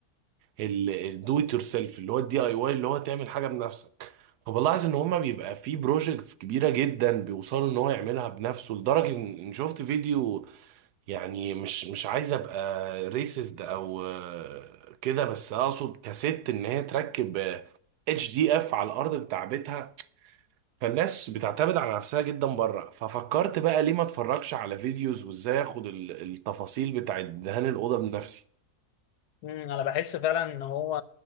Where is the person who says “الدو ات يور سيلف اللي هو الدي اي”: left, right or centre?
Right